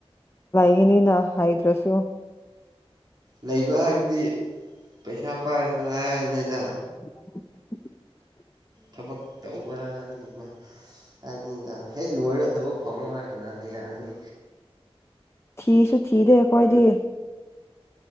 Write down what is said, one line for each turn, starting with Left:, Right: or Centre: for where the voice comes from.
Left: ꯌꯦꯅꯤꯅ ꯍꯥꯏꯗ꯭ꯔꯁꯨꯣ
Right: ꯂꯩꯕ ꯍꯥꯏꯕꯗꯤ ꯄꯩꯁꯥ ꯄꯥꯏꯕꯗꯣ ꯍꯥꯏꯔꯕꯅꯤꯗ
Left: <unintelligible>
Right: ꯊꯕꯛ ꯇꯧꯕ ꯑꯗꯨꯒꯨꯝꯕ ꯍꯥꯏꯕꯅꯤꯗ ꯍꯦꯛ ꯂꯣꯏꯔ ꯊꯕꯛ ꯐꯪꯉꯣ ꯍꯥꯏꯔ ꯀꯅꯥꯅ ꯌꯥꯒꯅꯤ
Left: ꯊꯤꯁꯨ ꯊꯗꯦ ꯀꯋꯥꯗꯌꯦ